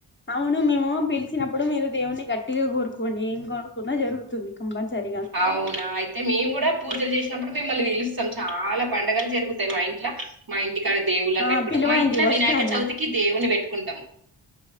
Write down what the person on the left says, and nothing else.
అవును మేవూ పిలిచినప్పుడు మీరు దేవుని గట్టిగా కోరుకోని ఏం కోరుకున జరుగుతుంది కంపల్సరీగా
ఆ
పిలవండి
వస్తాను